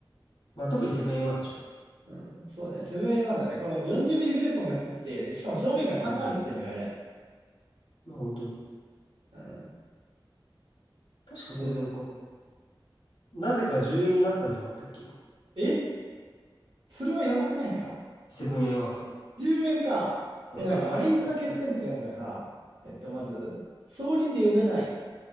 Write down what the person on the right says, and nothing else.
うん、そうね、セブンアイワンだね。この40ミリグレポンがついてて、で、しかも正面が3あるっていうのが偉い。
うん。
うん。
えそれはやばくないか
?10 円か。
え、なんかマリーンズの欠点っていうのがさ、
えっと、まず、総輪で呼べない。